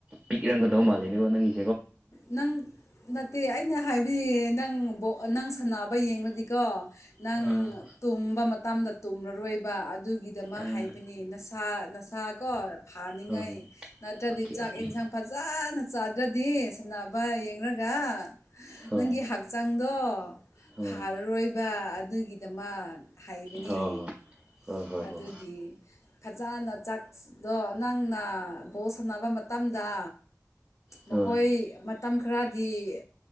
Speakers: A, on the right (about 15°); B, on the left (about 65°).
A: ꯄꯤꯛꯔꯝꯒꯗꯕ ꯃꯥꯜꯂꯦꯅꯦꯀꯣ ꯅꯪꯒꯤ
B: ꯅꯪ ꯅꯠꯇꯦ ꯑꯩꯅ ꯍꯥꯏꯕ ꯍꯥꯏꯗꯤ ꯅꯪ ꯅꯪ ꯁꯥꯟꯅꯕ ꯌꯦꯡꯗꯤꯀꯣ ꯅꯪ
A: ꯑꯥ
B: ꯇꯨꯝꯕ ꯃꯇꯝꯗ ꯇꯨꯝꯂꯔꯣꯏꯕ ꯑꯗꯨꯒꯤꯗꯃꯛ
A: ꯑꯥ
B: ꯍꯥꯏꯕꯅꯤ ꯅꯁꯥ ꯅꯁꯥ ꯀꯣ ꯐꯥꯅꯤꯡꯉꯥꯏ
A: ꯍꯣꯏ ꯍꯣꯏ
B: ꯅꯠꯇ꯭ꯔꯗꯤ
A: ꯑꯣꯀꯦ
B: ꯆꯥꯛ
A: ꯑꯣꯀꯦ
B: ꯏꯟꯁꯥꯡ ꯐꯖꯅ ꯆꯥꯗ꯭ꯔꯗꯤ ꯁꯅꯕ ꯌꯦꯡꯒ
A: ꯍꯣꯏ
B: ꯅꯪꯒꯤ ꯍꯛꯆꯥꯡꯗꯣ
A: ꯍꯣꯏ
B: ꯐꯥꯔꯔꯣꯏꯕ ꯑꯗꯨꯒꯤꯗꯃꯛ ꯍꯥꯏꯕꯅꯤ
A: ꯍꯣꯏ ꯍꯣꯏ ꯍꯣꯏ
B: ꯑꯗꯨꯒꯤ
A: ꯍꯣꯏ
B: ꯐꯖꯅ ꯆꯥꯛꯗꯣ ꯅꯪꯅ ꯕꯣꯠ ꯁꯥꯟꯅꯕ ꯃꯇꯝ ꯗ ꯃꯈꯣꯏ
A: ꯍꯣꯏ
B: ꯃꯇꯝ ꯈꯔꯗꯤ